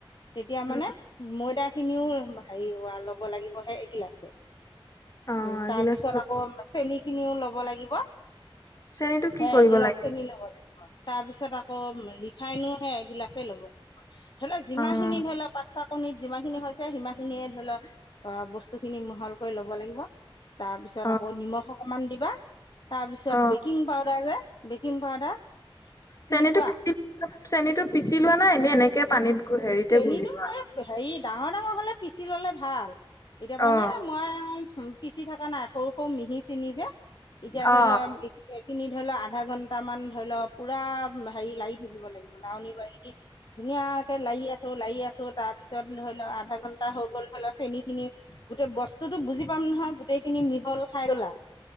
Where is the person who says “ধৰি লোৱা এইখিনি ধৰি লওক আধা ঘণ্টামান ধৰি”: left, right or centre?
Left